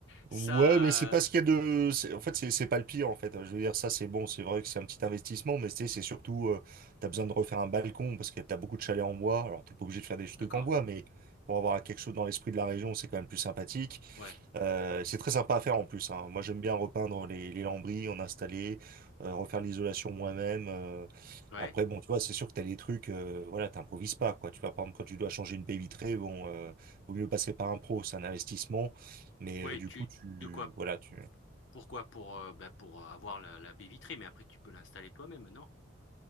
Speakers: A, on the left; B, on the right.
A: Ça,
B: Ouais, mais c'est pas
A: euh,
B: ce qu'il y a de. c'est- En fait, c'est c'est pas le pire, en fait. Je veux dire, ça, c'est bon. C'est vrai que c'est un petit investissement, mais tu sais, c'est surtout. Euh, t'as besoin de refaire un balcon parce que t'as beaucoup de chalets en bois. Alors, t'es pas obligé de faire des trucs
A: d'accord.
B: en bois, mais pour avoir quelque chose dans l'esprit de la région, c'est quand même plus sympathique.
A: Ouais,
B: Euh, c'est très sympa à faire en plus, hein. Moi, j'aime bien repeindre les, les lambris, en installer, euh, refaire l'isolation moi-même. euh.
A: ouais,
B: Après, bon, tu vois, c'est sûr que t'as des trucs, euh, voilà, t'improvises pas, quoi. Tu vois, par exemple, quand tu dois changer une baie vitrée, bon, euh, vaut mieux passer par un pro, c'est un investissement. Mais
A: ouais.
B: euh, du
A: Tu
B: coup, tu,
A: de quoi?
B: voilà, tu.
A: Pourquoi? Pour euh, bah, pour avoir la, la baie vitrée, mais après tu peux l'installer toi-même, non?